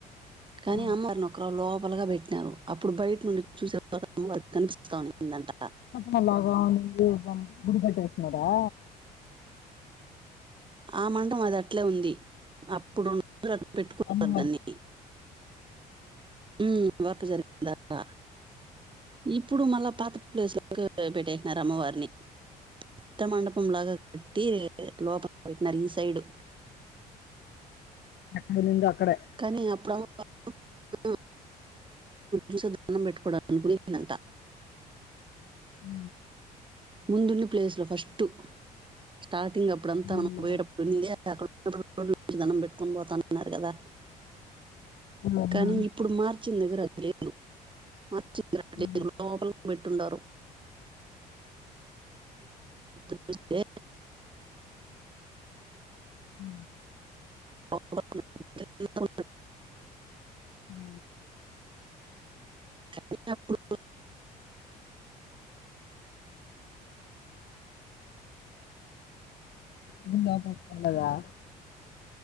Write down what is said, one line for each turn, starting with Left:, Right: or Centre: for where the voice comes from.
Right: కానీ
Left: ఆ
Right: అమ్మారిని ఒకరు లోపలగా పెట్టినారు అప్పుడు బయట నుండి చూసే అమ్మవారు కనిపిస్తంనిందంట
Left: మల్లాగా మళ్ళీ దానికి గుడి కట్టేసినారా
Right: ఆ మండం అది అట్లే ఉంది అప్పుడు పెట్టుకో
Left: అమ్మవారు
Right: దాన్ని ఉ వర్క్ జరిగిందట్ట ఇప్పుడు మళ్ళా పాత ప్లేస్ లోకి పెట్టేసినారు అమ్మవారిని కొత్త మండపం లాగా కట్టి లోపల పెట్టినారు ఈ సైడు
Left: ఎక్కడ ఉన్నింది అక్కడే
Right: కానీ అప్పుడు చూసి దన్నం పెట్టుకోవడానికి ఉన్నిందంట
Left: ఊ
Right: ముందున్ని ప్లేసు లో ఫస్ట్ స్టార్టింగ్ అప్పుడంతా
Left: అవునులే
Right: మనం పోయేటప్ ఉంది అక్కడ నిలబడి రోడ్ నుంచి దండం పెట్టుకొని పోతానన్నారు కదా
Left: ఆ, ఆ,
Right: కానీ ఇప్పుడు మార్చిన దగ్గర అది లేదు మార్చిన
Left: ఆ,
Right: దగ్గర లోపలికి పెట్టుండారు చూేతే
Left: ఆ,
Right: ఓ అ
Left: ఆ
Right: కాని అప్పుడు
Left: ఉంద కొక్కొలదా